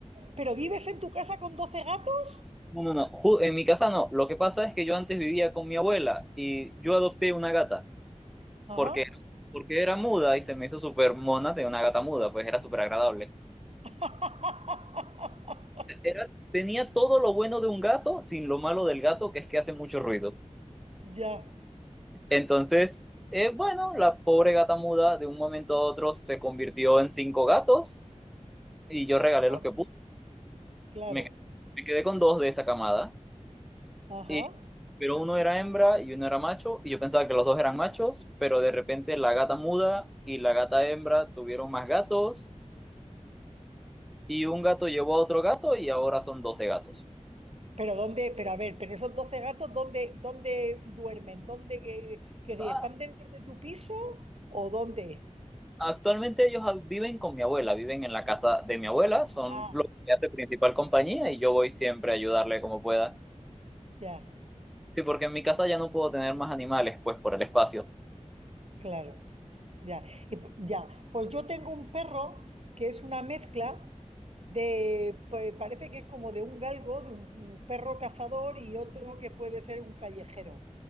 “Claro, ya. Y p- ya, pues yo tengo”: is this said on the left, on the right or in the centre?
Right